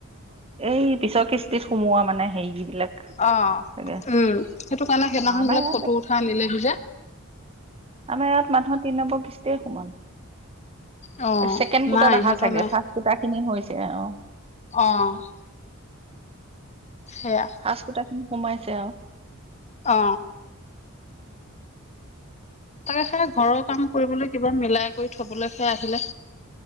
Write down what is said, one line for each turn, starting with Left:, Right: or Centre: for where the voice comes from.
Right: এই পিছৰ কিস্তিত সোমোৱা মানে হেৰিবিলাক
Left: অ উম
Right: চাগে
Left: সেইটো কাৰণে সেইদিনাখন
Right: আমাৰ
Left: বোলে
Right: ইয়াত
Left: ফটো উঠাই নিলেহি যে
Right: আমাৰ ইয়াত মানুহৰ তিনি নম্বৰ কিষ্টিয়ে সোমাল
Left: অ'
Right: ছেকেণ্ড
Left: নাই
Right: কোটাত অহা
Left: সিহঁতৰ
Right: চাগে
Left: নাই
Right: ফাৰ্ষ্ট কুটা খিনি হৈছে অ
Left: অ' সেয়া
Right: ফাৰ্ষ্ট কুটা সোমাইছে অ
Left: অ তাকে সেই ঘৰৰ কাম কৰিবলৈ কিবা মিলাই কৰি থবলৈ কে আহিলে